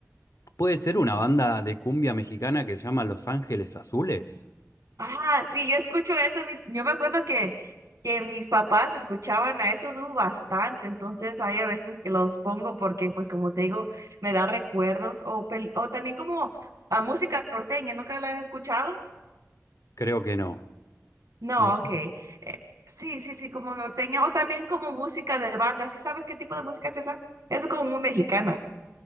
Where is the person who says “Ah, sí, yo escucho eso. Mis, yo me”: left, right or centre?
Right